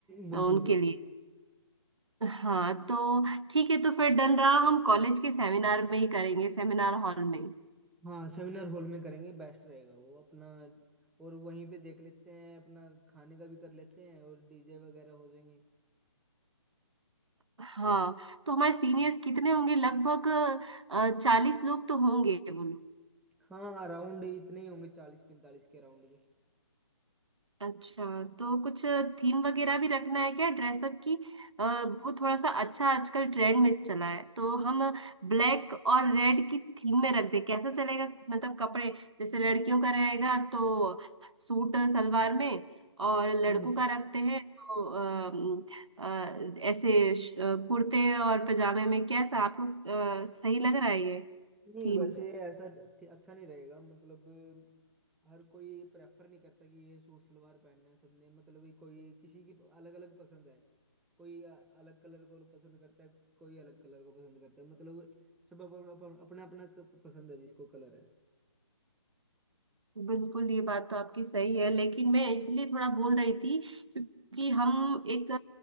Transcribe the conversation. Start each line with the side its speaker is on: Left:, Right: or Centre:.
Centre: बिल्कुल
Right: उनके
Centre: बिल्कुल
Right: लिए हाँ तो ठीक है तो फिर डन रहा हम कॉलेज के सेमिनार में ही करेंगे सेमिनार हॉल में
Centre: हाँ सेमिनार हॉल में करेंगे बेस्ट रहेगा वो अपना और वहीं पे देख लेते हैं अपना खाने का भी कर लेते हैं और डीजे वगैरह हो जाएंगे
Right: हाँ तो हमारे सीनियर्स कितने होंगे लगभग चालीस लोग तो होंगे बोलो
Centre: हाँ राउंड इतने ही होंगे चालीस पैंतालीस के राउंड के
Right: अच्छा तो कुछ थीम वगैरह भी रखना है क्या ड्रेसअप की अ, वो थोड़ा सा अच्छा आजकल ट्रेंड में चला है तो हम ब्लैक और रेड की थीम में रख दे कैसा चलेगा मतलब कपड़े जैसे लड़कियों का रहेगा तो सूट सलवार में और लड़कों
Centre: हम्म।
Right: का रखते हैं तो अम, अ, ऐसे श- अ, कुर्ते और पजामे में कैसा आपको अ, सही लग रहा है ये
Centre: नहीं
Right: थीम
Centre: वैसे ऐसा थ- अच्छा नहीं रहेगा मतलब हर कोई प्रेफर नहीं करता कि ये सूट सलवार पहनना है सबने मतलब ये कोई किसी की अलग अलग पसंद है कोई अ- अलग कलर को पसंद करता है कोई अलग कलर को पसंद करता है मतलब सब अपना अपना अपना अपना क- पसंद है जिसको कलर है
Right: बिल्कुल ये बात तो आपकी सही है लेकिन मैं इसलिए थोड़ा बोल रही थी क्योंकि हम एक